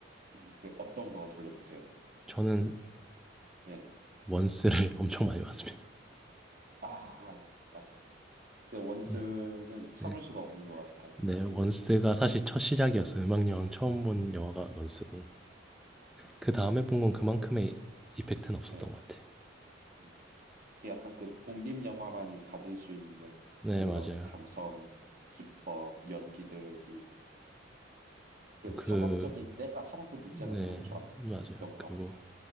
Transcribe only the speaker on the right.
음, 그 어떤 거 돌려보세요?
네네.
아, 맞아. 근데 원스는
참을
수가 없는 것 같아요.
그,
네.
네.
네.
음. 약간 그 독립 영화만이 가질 수 있는
그런
감성, 기법, 연기들이 그
상업적인 때가 하나도 묻지
않아서 너무 좋았던
것
같아요.